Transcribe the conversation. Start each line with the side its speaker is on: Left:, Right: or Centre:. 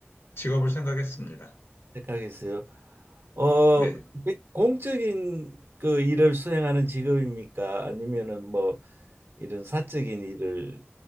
Left: 직업을 생각했습니다.
Right: 생각했어요. 어,
Left: 네.
Right: 공적인 그 일을 수행하는 직업입니까? 아니면은 뭐 이런 사적인 일을